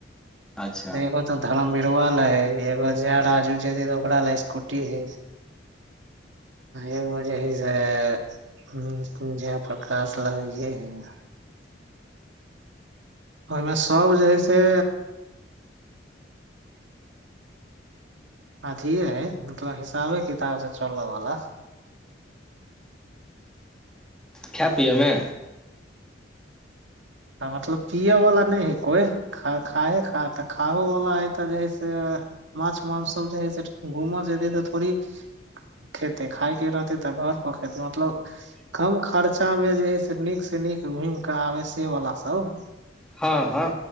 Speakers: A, in the centre; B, on the right (about 85°).
A: अच्छा
B: त ब तो धर्म बिरवा ल है एगो जे राजू जेे तऽ ओकरा ल स्कूटी है एगो जे है से प्रकाश ले है ओहिमे सब जे हइ से अथिये है मतलब हिसाबे किताब से चलल वा
A: खै पियऽमे
B: मतलब पियै वला नहि ह कोइ ख खा ह खा त खाहो वला है तऽ जे है से माछ मांस सब जे है से घूम जेतै तऽ थोड़ी खेते खाायके रहतै तऽ घर पर खेती मतलब कम खर्चामे जे हइ से नीक से नीक घुमि कऽ आबै से वला सभ
A: हँ हँ